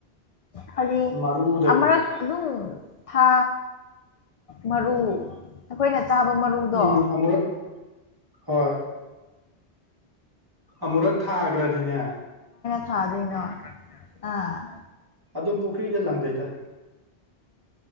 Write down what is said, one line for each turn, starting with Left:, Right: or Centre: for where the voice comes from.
Left: ꯍꯥꯏꯗꯤ
Right: ꯃꯔꯨꯗꯒꯤ
Left: ꯑꯃꯨꯔꯛ ꯑꯗꯨꯝ ꯊꯥ ꯃꯔꯨ ꯑꯩꯈꯣꯏꯅ ꯆꯥꯕ ꯃꯔꯨꯗꯣ
Right: ꯎꯝ ꯑꯃꯨꯔꯛ ꯍꯣꯏ ꯑꯃꯨꯔꯛ ꯊꯥꯈ꯭ꯔꯗꯤꯅꯦ
Left: ꯊꯗꯅꯣ ꯑ
Right: ꯑꯗꯨꯝ ꯄꯨꯈ꯭ꯔꯤꯗ ꯂꯪꯗꯣꯏꯗ